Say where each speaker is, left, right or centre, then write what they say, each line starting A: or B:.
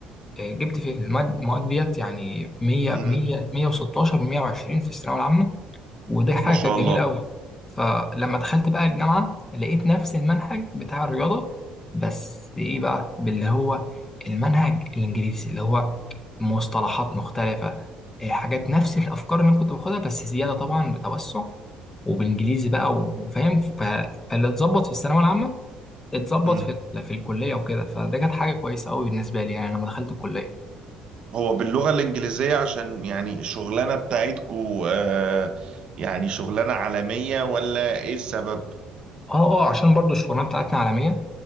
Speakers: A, on the left (about 20°); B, on the right (about 45°).
A: آه، جبت في المواد المواد ديت يعني 100
B: مم.
A: 100 116 120 في الثانوية العامة ودي حاجة
B: ما شاء
A: كانت
B: الله
A: جميلة أوي فلما دخلت بقى الجامعة لقيت نفس المنهج بتاع الرياضة بس إيه بقى باللي هو المنهج الإنجليزي اللي هو مصطلحات مختلفة إيه، حاجات نفس الأفكار اللي أنا كنت باخدها بس زيادة طبعا بتوسع وبالإنجليزي بقى و- وفاهم ف- فاللي اتظبط في الثانوية العامة اتظبط
B: مم.
A: في في الكلية وكده فده كانت حاجة كويسة أوي بالنسبة لي يعني لما دخلت الكلية
B: هو باللغة الإنجليزية عشان يعني الشغلانة بتاعتكو آه يعني شغلانة عالمية ولا إيه السبب؟
A: اه اه عشان برضو الشغلانة بتاعتنا عالمية